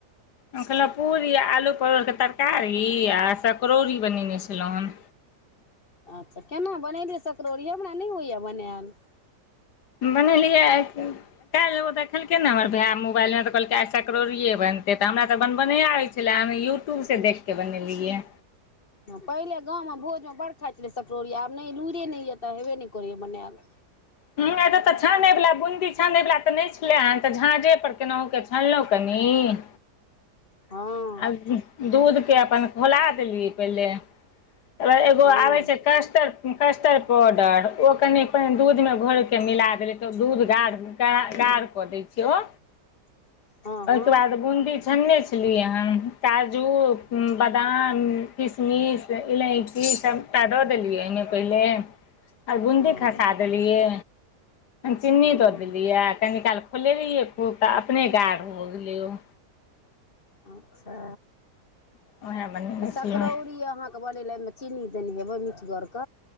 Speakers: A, on the left (about 75°); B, on the left (about 30°).
A: हम खेलौ पूरी आलू परोड़ के तरकारी आ सकरौरी बनेने छलौ हम
B: अच्छा केना बनेलियै सकरौरी यै हमरा नै होइए बनायल
A: बनेलिया आई कि काल्हि देखलक ने हमर भाय मोबाइलमे तऽ कहलके आइ सकरौरी बनतै तऽ हमरा तऽ बनब नै आबै छै कैला आंहा यूट्यूबसँ देख क बनेने रहियै
B: पहिले गांव म भोज मे बड़ खाइ छलियै सकरौरी आब नै लुइरे नय यै त हेबे नै करैया बनेऽल
A: हमरा एत त छानै वला बूंदी छानेवला त नै छलेहे तऽ झाझे पर केनाहु कऽ छानलौं कनि हूँ
B: हँ
A: आ दूधके अपन खौला देलीयै पहिले आ एगो
B: हँ
A: आबै छै कष्टर कस्टर पाउडर ओ कनि पनि दूधमे घोर के मिला देबै तऽ दूध गाढ़ गाड़ गाड़ कऽ दै छै
B: <inaudible> हँ
A: ओइ केऽ बाद बूंदी छनने छलियै हम काजू बादाम किशमिश इलैची सबटा दऽ दलियै अय मे पहिले आओर बूंदी
B: हँ
A: खसा देलियै चीन्नी
B: हँ
A: दऽ देलियै कनी काल खोलेलियै खूब तऽ अपने गाड़ भऽ गेलैया
B: अच्छा
A: <inaudible>
B: तऽ सकरौरी
A: छलहुँ
B: अहाँ के बनैले ओहिमे चीनी देने हेबै मीठगरक